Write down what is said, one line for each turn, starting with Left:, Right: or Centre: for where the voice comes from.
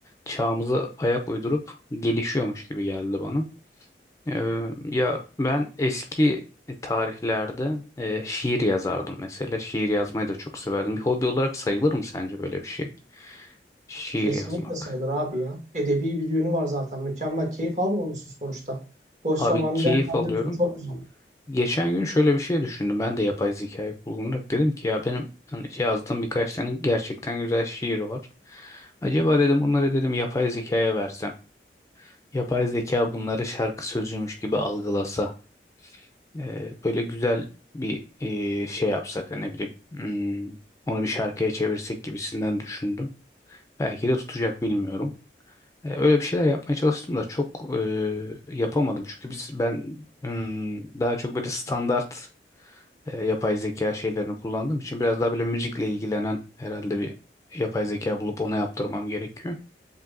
Left: çağımıza ayak uydurup gelişiyormuş gibi geldi bana. Ee, ya ben eski tarihlerde e, şiir yazardım mesela. Şiir yazmayı da çok severdim. Bir hobi olarak sayılır mı sence böyle bir şey? Şiir
Right: Kesinlikle
Left: yazmak.
Right: sayılır abi ya. Edebi bir yönü var zaten. Mükemmel. Keyif almıyor musun sonuçta? Boş
Left: Abi
Right: zamanı
Left: keyif
Right: değerlendiriyorsun.
Left: alıyorum.
Right: Çok güzel.
Left: Geçen gün şöyle bir şey düşündüm. Ben de yapay zekayı kullanarak dedim ki ya benim hani yazdığım birkaç tane gerçekten güzel şiir var. Acaba dedim bunları dedim yapay zekaya versem. Yapay zeka bunları şarkı sözüymüş gibi algılasa. e, böyle güzel bir e, şey yapsak hani ne bileyim. hmm, onu bir şarkıya çevirsek gibisinden düşündüm. Belki de tutacak bilmiyorum. E, öyle bir şeyler yapmaya çalıştım da çok e, yapamadım. Çünkü biz ben hmm, daha çok böyle standart e, yapay zeka şeylerini kullandığım için biraz daha böyle müzikle ilgilenen herhalde bir yapay zeka bulup ona yaptırmam gerekiyor.